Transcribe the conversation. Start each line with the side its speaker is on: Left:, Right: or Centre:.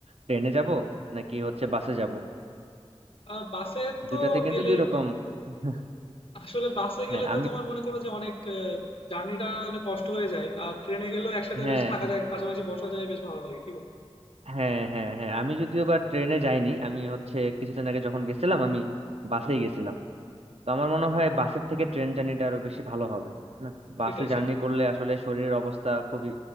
Right: ট্রেনে যাব নাকি হচ্ছে বাসে যাব
Left: আহ, বাসে তো
Right: দুটাতে কিন্তু
Left: গেলে
Right: দুই রকম <laughs>
Left: আসলে বাসে
Right: হ্যাঁ
Left: গেলে তো
Right: আমি
Left: তোমার মনে করো যে অনেক জার্নিটা অনেক কষ্ট হয়ে যায় আর ট্রেনে গেলেও একসাথে
Right: হ্যাঁ
Left: বেশ থাকা
Right: হ্যাঁ
Left: যায় পাশাপাশি বসা যায় বেশ ভালো লাগে কি বল
Right: হ্যাঁ হ্যাঁ হ্যাঁ আমি যদিও বা ট্রেনে যাইনি আমি হচ্ছে কিছুদিন আগে যখন গেছিলাম আমি বাসেই গেছিলাম তো আমার মনে হয় বাসের থেকে ট্রেন জার্নিটা আরো বেশি ভালো হবে না বাসে
Left: সেটাই
Right: জার্নি
Left: সেটাই
Right: করলে আসলে শরীরের অবস্থা খুবই